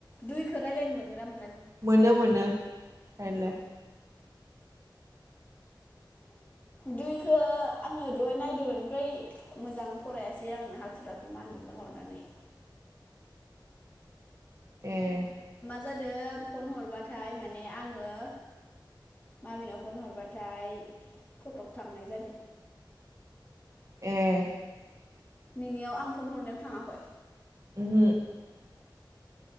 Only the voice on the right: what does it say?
मोनो मोनो रायलाय।
ए।
ए।
<unintelligible>